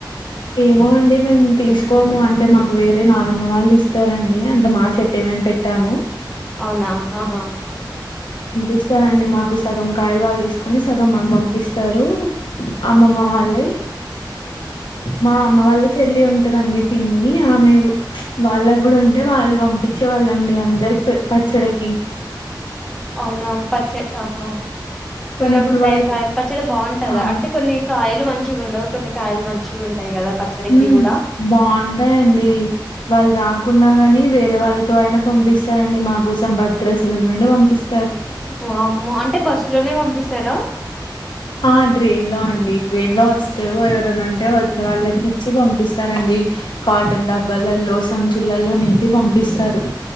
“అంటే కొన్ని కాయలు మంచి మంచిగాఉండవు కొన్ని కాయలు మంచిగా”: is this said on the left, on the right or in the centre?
Centre